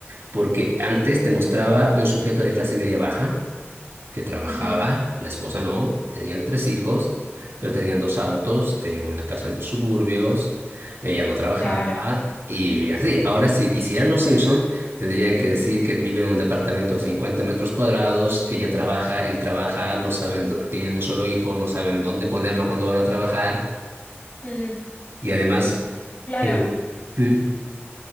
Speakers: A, on the right; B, on the left.
A: porque antes te mostraba un sujeto de clase media baja que trabajaba,
B: ujú,
A: la esposa no, tenían tres hijos, pero tenían dos autos, tenían una casa en los suburbios, ella no trabajaba
B: Claro,
A: y vivían así. Ahora, si hicieran Los Simpson, tendrían que decir que vive en un departamento de 50 metros cuadrados, ella trabaja, él trabaja, no saben, dó- tienen un solo hijo, no saben dónde ponerlo cuando van a trabajar.
B: mm,
A: Y además,
B: claro.
A: el... Mm.